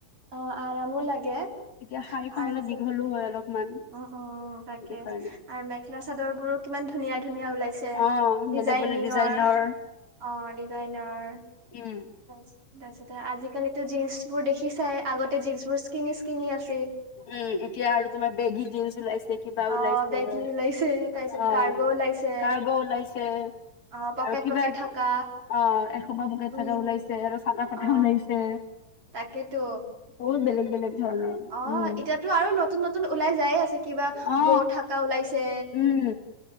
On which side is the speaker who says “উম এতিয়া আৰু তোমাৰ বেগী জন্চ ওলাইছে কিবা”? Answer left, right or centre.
Left